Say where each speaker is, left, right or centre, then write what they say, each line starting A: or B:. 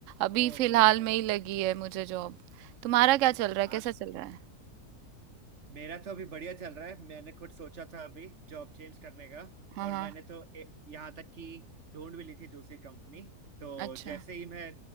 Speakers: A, on the right; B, on the right.
A: अभी
B: ओहो
A: फिलहाल
B: हो
A: में ही लगी है मुझे जॉब तुम्हारा क्या चल रहा है
B: आज
A: कैसा चल रहा है
B: मेरा तो अभी बढ़िया चल रहा है मैंने खुद सोचा था अभी जॉब चेंज करने का
A: हाँ
B: और
A: हाँ
B: मैंने तो ए, यहाँ तक कि ढूंढ भी ली थी दूसरी कंपनी तो
A: अच्छा
B: जैसे ही मैं